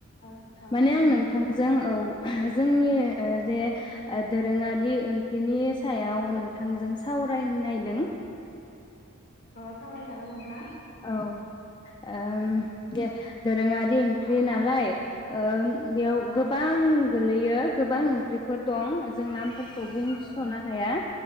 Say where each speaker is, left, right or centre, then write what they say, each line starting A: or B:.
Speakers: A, on the left (about 50°); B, on the left (about 20°).
A: अ अ
B: माने आं नोंथांजों औ जोंनि ओ जे दोरोङारि ओंख्रिनि सायाव नोंथांजों सावरायनो नायदों।
A: अ सावरायजागोन नोंथां।
B: औे ओम दे दोरोङारि ओं ओंख्रि नालाय ओम बेयाव गोबां गोलैयो गोबां ओंख्रिफोर दं ओ जों नामफोरखौ बुंसनो हाया